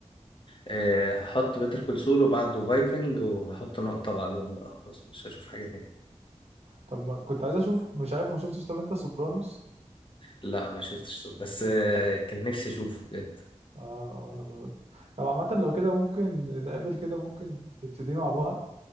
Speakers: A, on the left; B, on the right.
A: آه، هحط بيتر كول سول وبعده فايكنج وهحط نقطه بعدهم بقى خلاص مش هشوف حاجه تاني
B: طب ما كنت عايز اشوف مش عارف ما شفتش طب انت سوبرانوس
A: لا ما شفتش سول بس آه، كان نفسي اشوفه بجد
B: اه وانا برضه طب عامة لو كده ممكن نتقابل كده ممكن نبتدي مع بعض